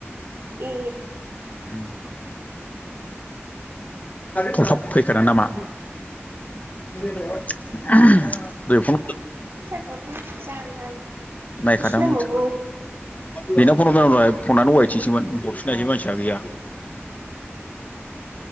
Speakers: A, on the right; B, on the left.
A: ए
B: उम थलथब फैखादों नामा <inaudible> बे फन <inaudible>
A: जाथ'आखै जाहांहां
B: नायखादों
A: एसे नांबावगौ
B: मोनथि बिनाव फन हरबाय आं दहाय फनानो अआयथिंसोमोन हर नै मोनसियानो गैया